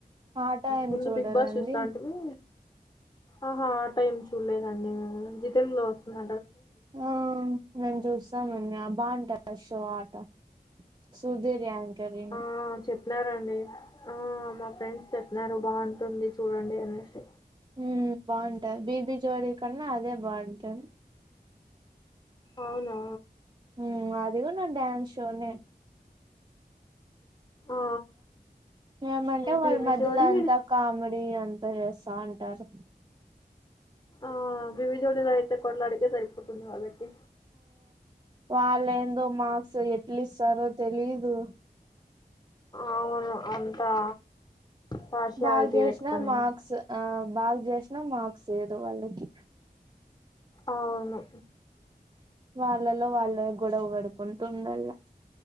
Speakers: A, on the right; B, on the left.
A: ఆట ఏమి
B: ముందు
A: చూడరండి
B: బిగ్ బాస్ చూస్తాంటిమి ఆహా టైమ్ చూడలేదండి జి తెలుగులో వస్తుంద
A: ఆ మేము చూస్తామండి ఆ బాగుంటారుషో ఆట సుధీర్ యాంకరింగ్
B: ఆ చెప్పినారండి ఆ మా ఫ్రెండ్స్ చెప్పినారు బాగుంటుంది చూడండి అనేసి
A: ఉమ్ బావుంట బీబీ జోడీ కన్నా అదే బావుంటది
B: అవునా
A: ఉమ్ అది కూడా నా డ్యాన్స్ షోనే
B: ఆ
A: ఏమంటే వాళ్ళ
B: బీబీ
A: మధ్యలో
B: జోడి
A: అంతా కామెడీ అంత చేస్తా అంటారు
B: ఆ బీబీజోడిలో అయితే కొట్లాడికే సరిపోతుంది వాళ్ళకి
A: వాళ్ళు ఏందో మార్క్స్ ఎట్లు ఇస్తారో తెలీదు
B: అవును అంతా పార్షియాలిటీ
A: బాగ చేసినా
B: పెట్టుకొని
A: మార్క్స్ ఆ బాగా చేసినా మార్క్స్ సేదు వాళ్ళకి
B: అవును
A: వాళ్ళలో వాళ్ళ గొడవ పడుకుంటు ఉండాల